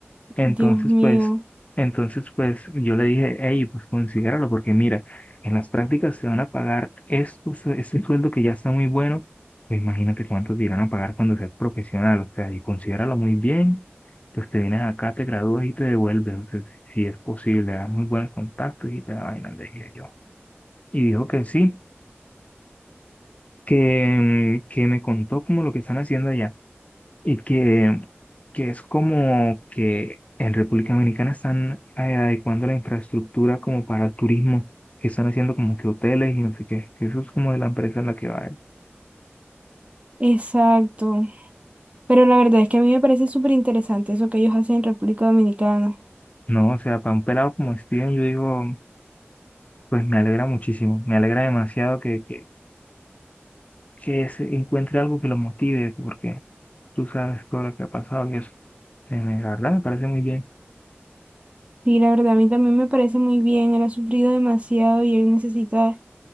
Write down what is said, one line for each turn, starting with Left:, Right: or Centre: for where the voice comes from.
Left: Entonces,
Right: Dios mío,
Left: pues, entonces, pues, yo le dije, hey, pues considéralo, porque mira, en las prácticas se van a pagar estos, este sueldo que ya está muy bueno, pues imagínate cuánto te irán a pagar cuando seas profesional, o sea, y considéralo muy bien, pues te vienes acá, te gradúas y te devuelves, o sea, si es posible, das muy buenos contactos y te da vaina, le dije yo. Y dijo que sí, que, mm, que me contó como lo que están haciendo allá. y que, que es como que en República Dominicana están eh, adecuando la infraestructura como para el turismo, que están haciendo como que hoteles y no sé qué, que eso es como de la empresa en la que va él.
Right: exacto. Pero la verdad es que a mí me parece súper interesante eso que ellos hacen en República Dominicana.
Left: No, o sea, para un pelado como Steven, yo digo, pues me alegra muchísimo, me alegra demasiado que, que, que se encuentre algo que lo motive, porque tú sabes todo lo que ha pasado y eso, Eh, me- la verdad me parece muy bien.
Right: Sí, la verdad, a mí también me parece muy bien. Él ha sufrido demasiado y él necesita,